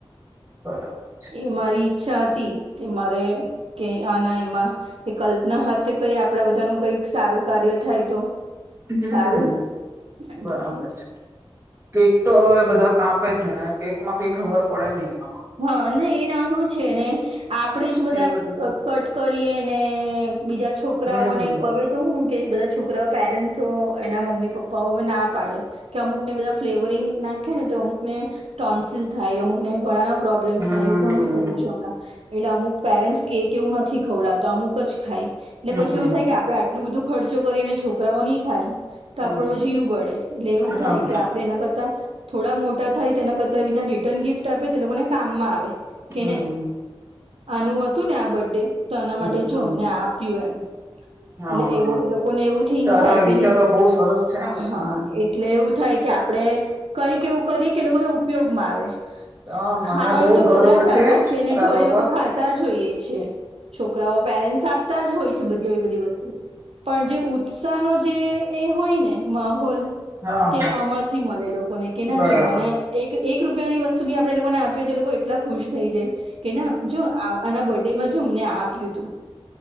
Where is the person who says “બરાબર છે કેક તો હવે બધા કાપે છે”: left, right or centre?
Right